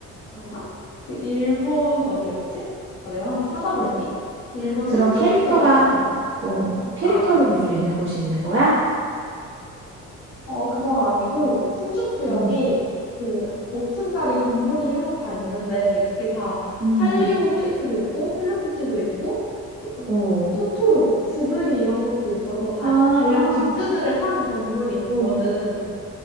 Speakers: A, on the left; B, on the right.
A: 아마? 그, 일본 어디였지? 아, 내가 한번 찾아볼게.
B: 어,
A: 일본
B: 그런
A: 신주쿠역,
B: 캐릭터가,
A: 응.
B: 어, 캐릭터를
A: 아,
B: 볼 수 있는 곳이 있는 거야?
A: 어, 그건 아니고, 신주쿠역에
B: 응
A: 그 5층짜리 건물이 하나 다 있는데, 그게 다
B: 응
A: 살리오 캐릭터도 있고, 헬로키티도 있고, 토,
B: 어.
A: 토토로, 지브리 이런 것도 있어서 다
B: 아,
A: 관련 굿즈들을 파는 건물이 있거든.
B: 어.